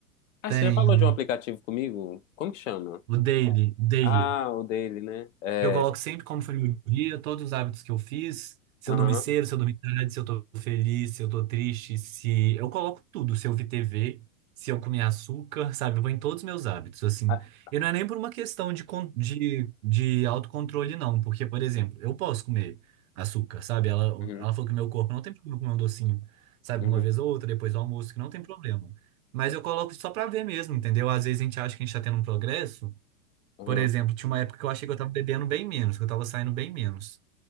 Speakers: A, on the left; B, on the right.
A: Ah,
B: Tenho
A: você já falou de um aplicativo comigo? Como que chama?
B: o Daily, Daily.
A: Ah, o dele, né? É,
B: Eu coloco sempre como foi meu dia, todos os hábitos que eu fiz, se
A: aham.
B: eu dormi cedo, se eu dormi tarde, se eu tô feliz, se eu tô triste, se... Eu coloco tudo, se eu vi TV, se eu comi açúcar, <laughs> sabe? Eu vou em todos os meus hábitos, assim.
A: Ah,
B: E não é nem por uma questão de, con- de, de autocontrole, não. Porque, por exemplo, eu posso comer açúcar, sabe? Ela,
A: uhum,
B: ela falou que meu corpo não tem problema comer um docinho, sabe?
A: uhum,
B: Uma vez ou outra, depois do almoço, que não tem problema. Mas eu coloco só pra ver mesmo, entendeu? Às vezes a gente acha que a gente tá tendo um progresso,
A: aham.
B: por exemplo, tinha uma época que eu achei que eu tava bebendo bem menos, que eu tava saindo bem menos.